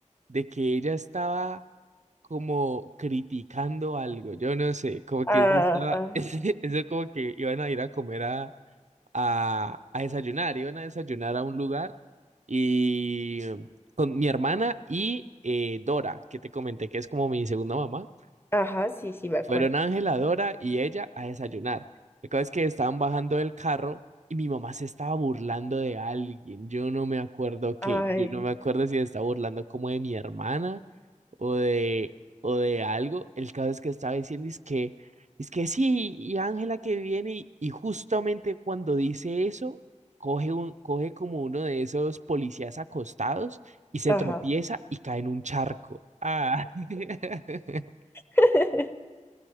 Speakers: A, on the right; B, on the left.
A: de que ella estaba como criticando algo, yo no sé, como
B: Ah,
A: que eso estaba,
B: ah,
A: <laughs> eso como que iban a ir a comer a, a, a desayunar, iban a desayunar a un lugar y con mi hermana y eh, Dora, que te comenté que es como mi segunda mamá.
B: ajá, sí, sí, me acuerdo.
A: Fueron Ángela, Dora y ella a desayunar. La cosa es que estaban bajando del carro y mi mamá se estaba burlando de alguien. Yo no me acuerdo qué.
B: Ay,
A: Yo no me acuerdo si se estaba burlando como de mi hermana o de, o de algo. El caso es que estaba diciendo es que, es que sí, y Ángela que viene y, y justamente cuando dice eso, coge, un, coge como uno de esos policías acostados y se
B: ajá.
A: tropieza y cae en un charco. Ah. <laughs>
B: <laughs>